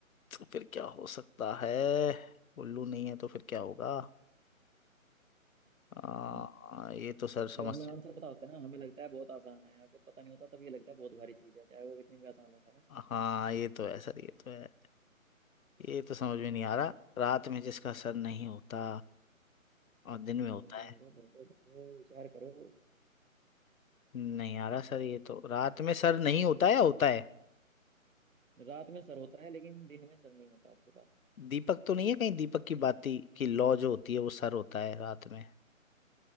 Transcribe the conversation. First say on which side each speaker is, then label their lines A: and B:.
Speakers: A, on the left; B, on the right.
A: तो फिर क्या हो सकता है उल्लू नहीं है तो फिर क्या होगा आ,
B: हम्म,
A: ये तो सर समझ
B: जब हमें आंसर पता होता है ना हमें लगता है बहुत आसान है और जब पता नहीं होता तब ये लगता है बहुत भारी चीज है चाहे वो कितनी भी आसान हो है ना
A: हाँ ये तो है सर ये तो है ये तो समझ में नहीं आ रहा रात में जिसका सर नहीं होता और दिन
B: हम्म,
A: में होता
B: ढूंढो
A: है
B: ढूंढो ढूंढो विचार करो
A: नहीं आ रहा सर ये तो रात में सर नहीं होता या होता है
B: रात में सर होता है लेकिन दिन में सर नहीं होता आपके पास
A: दीपक तो नहीं है कहीं दीपक की बाती की लौ जो होती है वो सर होता है रात में